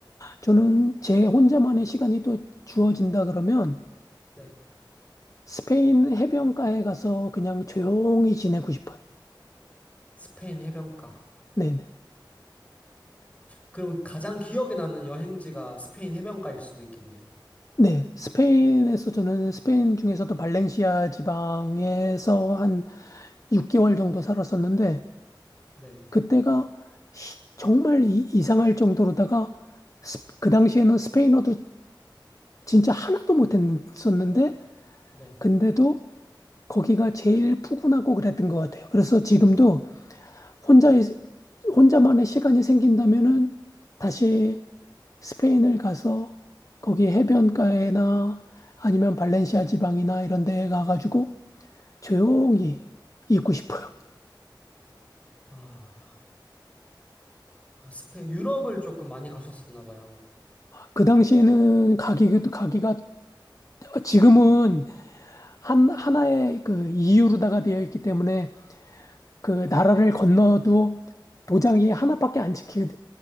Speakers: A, on the left; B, on the left.
A: 저는 제 혼자만의 시간이 또 주어진다 그러면
B: 네.
A: 스페인 해변가에 가서 그냥 조용히 지내고 싶어요.
B: 스페인 해변가.
A: 네네.
B: 그럼 가장 기억에 남는 여행지가 스페인 해변가일 수도 있겠네요.
A: 네. 스페인에서 저는 스페인 중에서도 발렌시아 지방에서 한 6개월 정도 살았었는데
B: 네,
A: 그때가 시- 정말 이, 이상할 정도로다가 스- 그 당시에는 스페인어도 진짜 하나도 못했었는데
B: 네.
A: 근데도 거기가 제일 푸근하고 그랬던 것 같아요. 그래서 지금도 혼자 혼자만의 시간이 생긴다면은 다시 스페인을 가서 거기 해변가에나 아니면 발렌시아 지방이나 이런 데 가가지고 조용히 있고 싶어요.
B: 아, 아, 스페인, 유럽을 조금 많이 가셨었나 봐요.
A: 그 당시에는 가기도 가기가 지금은 한, 하나의 그 이유로다가 되어 있기 때문에 그 나라를 건너도 도장이 하나밖에 안 찍히,